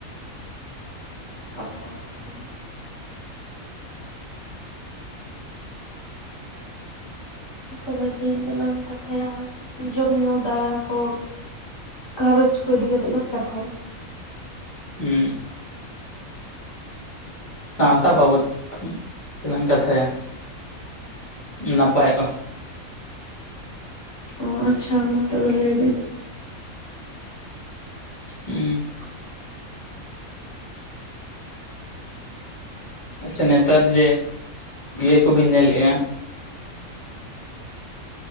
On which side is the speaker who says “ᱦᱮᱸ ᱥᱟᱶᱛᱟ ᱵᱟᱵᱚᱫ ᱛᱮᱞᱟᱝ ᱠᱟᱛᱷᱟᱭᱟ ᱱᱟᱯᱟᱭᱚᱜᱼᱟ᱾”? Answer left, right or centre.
Left